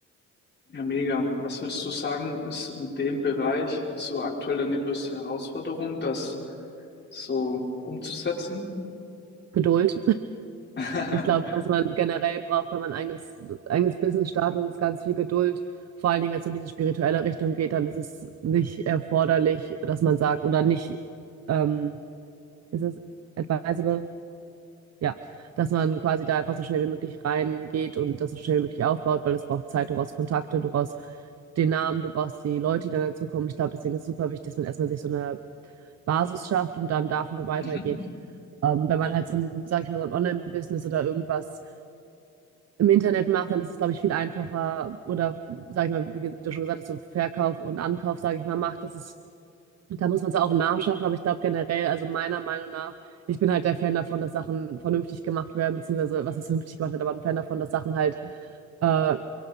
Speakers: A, on the left; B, on the right.
A: Ja, mega. Was würdest du sagen, ist in dem Bereich so aktuell deine größte Herausforderung, das so umzusetzen?
B: Geduld.
A: <laughs>
B: Ich glaube, was man generell braucht, wenn man ein eigenes, eigenes Business startet, ist ganz viel Geduld. Vor allen Dingen, wenn es um diese spirituelle Richtung geht, dann ist es nicht erforderlich, dass man sagt, oder nicht, ähm, ist es advisable? Ja, dass man quasi da einfach so schnell wie möglich reingeht und das so schnell wie möglich aufbaut, weil es braucht Zeit, du brauchst Kontakte, du brauchst den Namen, du brauchst die Leute, die dann dazukommen. Ich glaube, deswegen ist es super wichtig, dass man erstmal sich so eine Basis schafft und dann davon weitergeht.
A: Mhm.
B: Ähm, wenn man halt so ein, sag ich mal, so ein Online-Business oder irgendwas im Internet macht, dann ist es, glaube ich, viel einfacher. Oder, sag ich mal, wie, du schon gesagt hast, so Verkauf und Ankauf, sage ich mal, macht. Das ist, da muss man es auch im Namen schaffen. Aber ich glaube generell, also meiner Meinung nach, ich bin halt der Fan davon, dass Sachen vernünftig gemacht werden, beziehungsweise was ist vernünftig gemacht wird, aber ein Fan davon, dass Sachen halt äh,